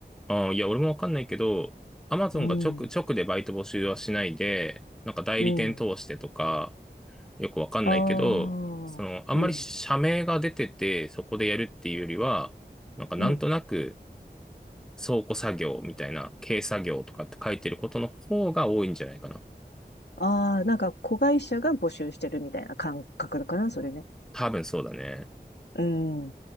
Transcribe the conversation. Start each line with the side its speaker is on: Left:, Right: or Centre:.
Centre: あーいや、俺もわかんないけど、Amazon
Left: うん。
Centre: が直、直でバイト募集はしないで、なんか代理店通してとか、
Left: うん。
Centre: よくわかんないけど、
Left: ああ、
Centre: その、あんまり社名が出てて、
Left: うん。
Centre: そこでやるっていうよりは、なんかなんとなく、
Left: うん。
Centre: 倉庫作業みたいな、軽作業とかって書いてることの方が多いんじゃないかな。
Left: ああ、なんか子会社が募集してるみたいな感覚だかな、それね。
Centre: 多分そうだね。
Left: うん。